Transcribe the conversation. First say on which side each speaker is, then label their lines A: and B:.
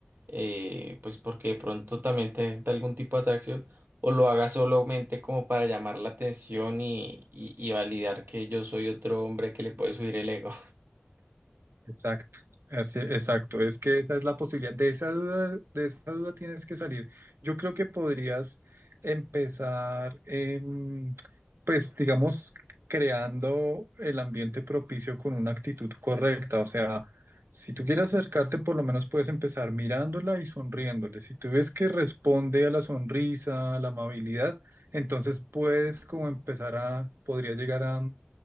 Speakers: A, on the right; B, on the right.
A: eh, pues porque de pronto también te sienta algún tipo de atracción, o lo haga solamente como para llamar la atención y, y y validar que yo soy otro hombre que le puede subir el ego.
B: Exacto, así- exacto. Es que esa es la posibilidad. De esa duda, de esa duda tienes que salir. Yo creo que podrías empezar, em, pues, digamos, creando el ambiente propicio con una actitud correcta. O sea, si tú quieres acercarte, por lo menos puedes empezar mirándola y sonriéndole. Si tú ves que responde a la sonrisa, a la amabilidad, entonces puedes como empezar a, podría llegar a,